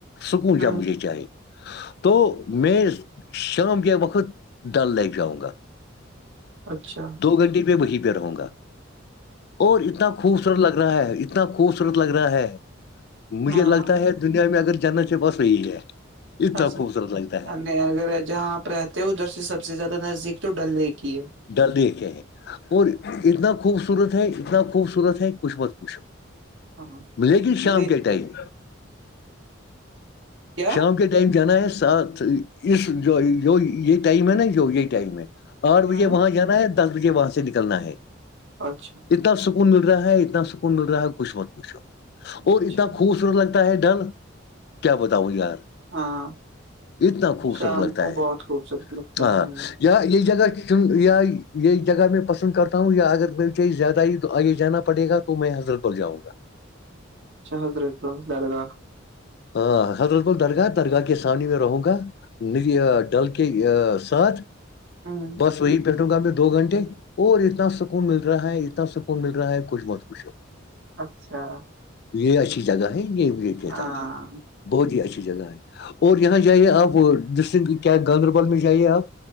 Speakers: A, on the left; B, on the right.
A: سکون جا
B: ہ
A: مجھے چاہے تو میں شام کے وقت ڈل لیک جاؤں گا
B: اچھا
A: گھنٹے پہ وہیں پہ رہوں گا اور اتنا خوبصورت لگا رہا ہے اتنا خوبصورت لگ رہا ہے مجھے
B: ہاں
A: لگتا ہے تو دنیا میں اگر جاننا چاہے بس وہی ہے اتنا
B: اچھا
A: خوبصورت لگتا ہے
B: اگر جہاں آپ رہتے ہو ادھر سے سب سے زیادہ نزدیک تو ڈل لیک ہی ہے
A: درد ہے اور اتنا خوبصورت ہے اتنا خوبصورت ہے کچھ مت پوچھو
B: ہاں
A: لیکن شام
B: لے-
A: کے ٹائم
B: کیا
A: شام کے ٹ ٹائم جانا ہے ساتھ اس جو جو یہ ٹائم ہے نا جو یہ ٹائم ہے آپ
B: ہوں
A: بجے وہاں جانا ہے دس بجے وہاں سے نکلنا ہے
B: اچھا
A: سکون مل رہا ہے اتنا سکون مل رہا ہے کچھ مت کچھ اور
B: اچھا
A: اتنا خوبصورت لگتا ہے ڈر کیا بتاؤں یار
B: ہاں
A: اتنا خوبصورت
B: شام
A: لگتا
B: کو
A: ہے
B: بہت خوبصورت لگتا
A: ہاں
B: ہے ہوں،
A: یہ جگہ چن یا یہ جگہ میں پسند کرتا ہوں یا اگر کوئی چاہیز زیادہ ہی آگے جانا پڑے گا تو میں حضرت بل جاؤں گا
B: اچھ حضرت بل درگاہ
A: ہاں حضرت بل درگاہ درگاہ کے سانی میں رہوں گا ن ڈل کے ساتھ
B: ہوں
A: بس وہی بیٹھوں گا بھی دو گھنٹے اور اتنا سکون مل رہا ہے اتنا سکون مل رہا ہے کچھ بہت کچھ
B: اچھا
A: یہ اچھی جگہ ہے یہ کہتا
B: ہاں
A: بہت ہی اچھی جگہ ہے اور یہاں جائیے آپ ڈسٹن کیا گاندربل میں جائیے آپ